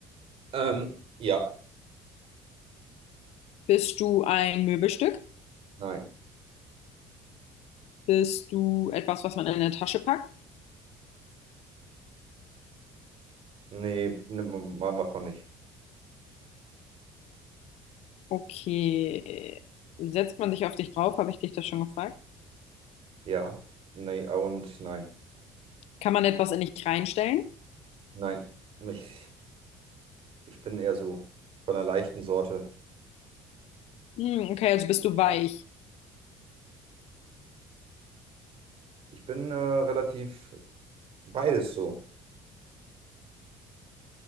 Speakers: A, on the right; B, on the left.
A: Ähm, ja.
B: Bist du ein Möbelstück?
A: Nein.
B: Bist du etwas, was man in eine Tasche packt?
A: Nee, nimmt man- ma- macht man nicht.
B: Okay. Setzt man sich auf dich drauf? Habe ich dich das schon gefragt?
A: Ja. Nee, und nein.
B: Kann man etwas in dich reinstellen?
A: Nein. Ich, ich bin eher so von der leichten Sorte.
B: Hm, okay, also bist du weich.
A: Ich bin äh, relativ beides so.